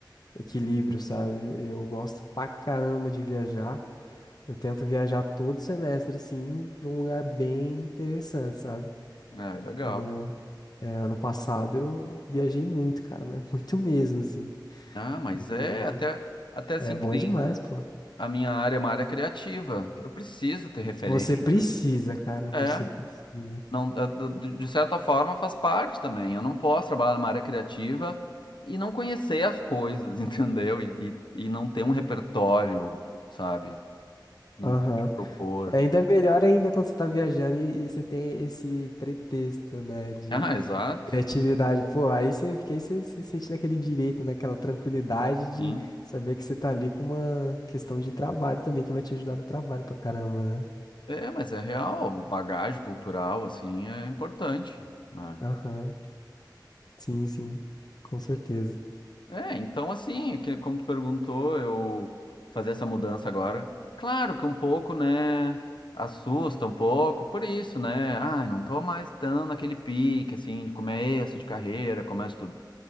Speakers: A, on the left (about 55°); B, on the left (about 80°).
A: equilíbrio, sabe? Eu gosto pra caramba de viajar. Eu tento viajar todo semestre, assim, pra um lugar bem interessante, sabe?
B: Ah, é legal,
A: Ano,
B: cara.
A: é, ano passado eu viajei muito, cara, mas <laughs> muito mesmo, assim.
B: Ah, mas é
A: E
B: até, até assim
A: é bom
B: que nem
A: demais, pô.
B: a minha área é uma área criativa. Eu preciso ter referência.
A: Se você precisa, cara, você
B: É,
A: precisa.
B: não, eh, de de de certa forma faz parte também. Eu não posso trabalhar numa área criativa e não conhecer as coisas, <laughs> entendeu? E, e, e não ter um repertório, sabe? Não
A: Aham.
B: ter o que propor.
A: Ainda é melhor ainda quando você tá viajando e, e você tem esse pretexto, né, de
B: Ah, exato.
A: criatividade. Pô, aí você, porque aí você se sente naquele direito, naquela tranquilidade de
B: Sim.
A: saber que você tá ali com uma questão de trabalho também, que vai te ajudar no trabalho pra caramba, né?
B: É, mas é real. Bagagem cultural, assim, é importante, né?
A: Aham, Sim, sim, com certeza.
B: É, então assim, que- como tu perguntou, eu fazer essa mudança agora, claro que um pouco, né, assusta um pouco, por isso, né, ai, não tô mais tão naquele pique, assim, de começo de carreira, começo tudo.